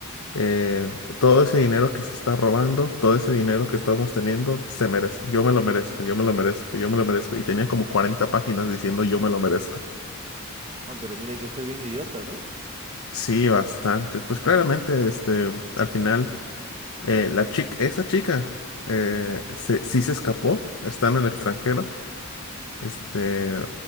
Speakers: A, on the left; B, on the right.
A: eh, todo ese dinero que se está robando, todo ese dinero que estamos teniendo, se merece. Yo me lo merezco, yo me lo merezco, yo me lo merezco. Y tenía como cuarenta páginas diciendo yo me lo merezco.
B: Ah, pero mira, hay que ser bien idiota, ¿no?
A: Sí, bastante. Pues claramente, este, al final, eh, la chica, esa chica, eh, se- sí se escapó, está en el extranjero, este,